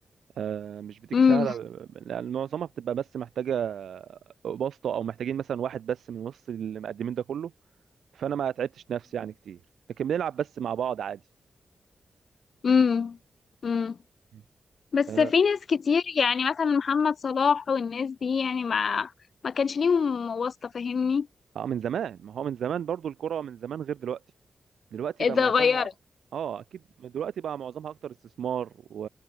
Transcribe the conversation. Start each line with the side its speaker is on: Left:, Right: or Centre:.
Right: آه، مش بتيجي
Left: امم
Right: سهلة يعني معظمها بتبقى بس محتاجة بسطة أو محتاجين مثلا واحد بس من وسط المقدمين ده كله فأنا ما تعبتش نفسي يعني كتير لكن بنلعب بس مع بعض عادي
Left: امم امم
Right: مم.
Left: بس
Right: اه
Left: في ناس كتير يعني مثلا محمد صلاح والناس دي يعني ما ما كانش ليهم واسطة فاهمني
Right: آه، من زمان ما هو من زمان برضو الكرة من زمان غير دلوقتي دلوقتي
Left: اتغيرت
Right: بقى معظمها اه اكيد دلوقتي بقى معظمها اكتر استثمار و...